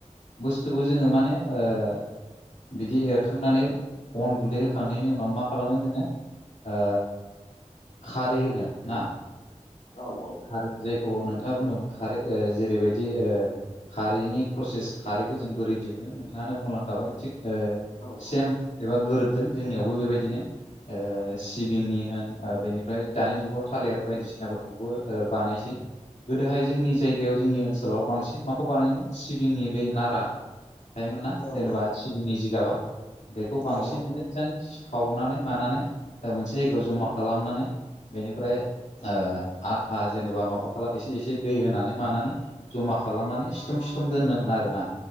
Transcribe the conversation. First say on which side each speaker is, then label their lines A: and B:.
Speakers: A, on the left (about 75°); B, on the left (about 85°).
A: बुस्थुखौ जोङो माने ओ बिदि एरखांनानै अन गुन्दै होखांनायनि उनाव मा खालामगोन जोङो ओ खारै होगोन ना।
B: औ औ।
A: खारै जायखौ नोंथाङा बुंदोंमोन खारै ओ जेरैबायदि ओ खारैनि प्रसेस खारैखौ जों बोरै दिहुनो नोंथाङानो बुंलांखाबाय। थिग ओ
B: औ औ
A: सेम एबा गोरोबदों जोंनियावबो बेबायदिनो। ओ सिबिंनि होन ओ बेनिफ्राय दानि जुगाव थालिर बायदिसिनाफोरखौबो ओ बानायसै। गोदोहाय जोंनि जायगायाव जोंनि ओनसोलाव बांसिन माखौ बानायोमोन सिबिंनि बै नारा थायोमोन ना
B: औ
A: जेनेबा
B: औ
A: सिबिंनि जिगाबा बेखौ बांसिन
B: औ औ
A: मो जाङै सावनानै मानानै मोनसे जायगायाव जमा खालामनानै बेनिफ्राय ओ आथा जेनेबा माबा खालाम एसे एसे दै होनानै मानानै जमा खालामनानै सिथुम सिथुम दोननोमोन आरोना।